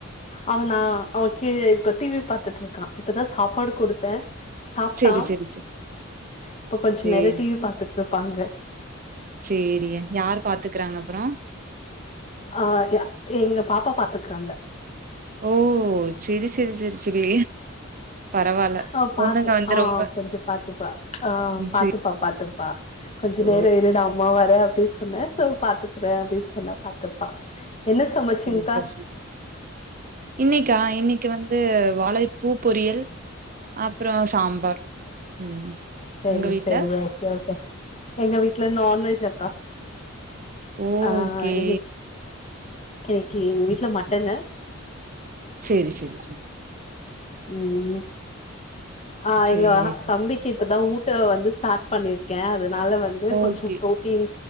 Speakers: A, on the left (about 35°); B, on the right (about 40°).
A: அவனா அவ கீழ இப்ப டிவி பாத்துட்டுருக்கா இப்பதா சாப்பாடு குடுத்தே சாப்ட்டா
B: சேரி சேரி சேரி
A: இப்ப கொஞ்சோ
B: சேரி
A: நேரோ டிவி பாத்துட்டு இருப்பாங்க
B: சேரிய யார் பாத்துக்கிறாங்க அப்பறோ
A: ஆ யா எங்க பாப்பா பாத்துக்குறாங்க
B: ஓ செரி செரி செரி செரி பரவால்ல
A: ஆ பாத்து
B: பொண்ணுங்க வந்து
A: ஆ
B: ரொம்ப
A: கொஞ்சோ பாத்துப்பா ஆ பாத்துப்
B: சே
A: பா பாத்தப்பா கொஞ்சோ
B: ஓ
A: நேரோ இருடா அம்மா வர அப்டி சொ சொன்னே சோ பாத்துக்றே அப்டின்னு சொன்னா பாத்துப்பா என்ன சமைச்சிங்க்கா
B: சூப்பர் சூப் இன்னைக்கா இன்னைக்கி வந் து வாழைப் பூ பொரியல் அப்றோ சாம்பார் ம்
A: செரி
B: உங்க வீட்ல
A: செரி ஓகே ஓகே எங்க வீட்டல நான்வெஜ் அக்கா
B: ஓகே
A: ஆ இன் இன்னிக்கு எங்க வீட்ல மட்டன்னு
B: செரி செரி செரி
A: ம் ஆ
B: சேரிடா.
A: எங்க தம்பிக்கு இப்பதா ஊ ட்ட வந்து ஸ்டாட் பண்ணிருக்க அதனால வந்து
B: ஓகே.
A: கொஞ்சோ ப்ரோட்டீன்